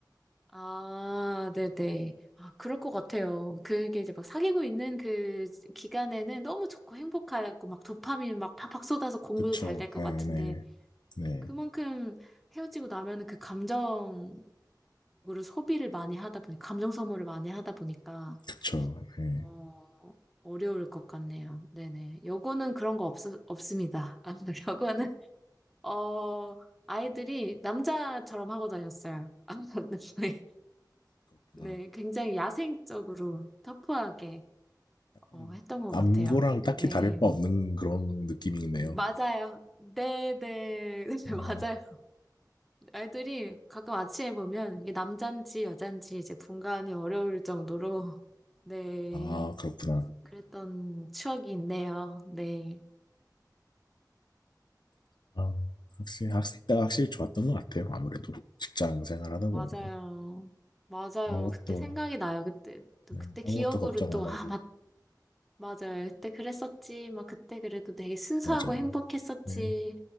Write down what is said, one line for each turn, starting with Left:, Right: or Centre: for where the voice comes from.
Centre: 아, 네네. 아, 그럴 것 같아요. 그게 이제 막 사귀고 있는 그 기간에는 너무 좋고 행복하고 막 도파민 막 팍팍 쏟아서 공부도
Left: 그쵸,
Centre: 잘 될 것
Left: 네,
Centre: 같은데.
Left: 네, 네,
Centre: 그만큼 헤어지고 나면은 그 감정적으로 소비를 많이 하다 보니, 감정 소모를 많이 하다 보니까,
Left: 그쵸, 네,
Centre: 어, 어려울 것 같네요. 네네. 여고는 그런 거 없, 없습니다. 아, <laughs> 여고는, 어, 아이들이 남자처럼 하고 다녔어요. 아, <laughs> 네,
Left: 그렇구나.
Centre: 네, 굉장히 야생적으로 터프하게
Left: 약간
Centre: 어, 했던 것
Left: 남고랑
Centre: 같아요.
Left: 딱히
Centre: 네,
Left: 다를 바 없는 그런 느낌이네요.
Centre: 맞아요. 네네, <laughs>
Left: 어,
Centre: 맞아요. 애들이 가끔 아침에 보면 이게 남잔지 여잔지 이제 분간이 어려울 정도로 <laughs> 네
Left: 아, 그렇구나.
Centre: 그랬던 추억이 있네요. 네
Left: 아, 확실히 학생 때가 확실히 좋았던 것 같아요. 아무래도 직장 생활하다
Centre: 맞아요
Left: 보면
Centre: 맞아요
Left: 아무것도
Centre: 그때 생각이 나요 그때 또
Left: 네,
Centre: 그때
Left: 아무것도
Centre: 기억으로
Left: 걱정
Centre: 또
Left: 안 하고
Centre: 아 맞 맞아요 그때 그랬었지 막 그때 그래도 되게 순수하고
Left: 맞아요.
Centre: 행복했었지
Left: 네,